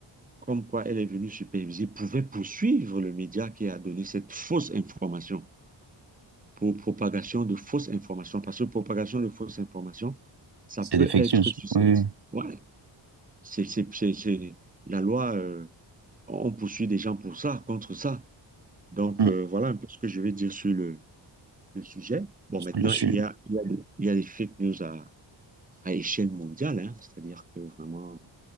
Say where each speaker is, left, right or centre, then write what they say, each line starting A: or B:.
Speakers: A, on the right; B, on the right.
A: comme quoi elle est venue superviser, pouvait poursuivre le média qui a donné cette fausse information. pour propagation de fausses informations. Parce que propagation de fausses informations, ça
B: c'est
A: peut
B: des fake
A: être
B: news.
A: susceptible.
B: Oui, oui.
A: Ouais, c'est, c'est, c'est, c'est- la loi, euh, on poursuit des gens pour ça, contre ça. Donc,
B: Mm.
A: euh, voilà un peu ce que je vais dire sur le, le sujet. Bon,
B: Sur
A: maintenant,
B: le sujet.
A: il y a, il y a, des, il y a des fake news à, à échelle mondiale, hein. c'est-à-dire que vraiment,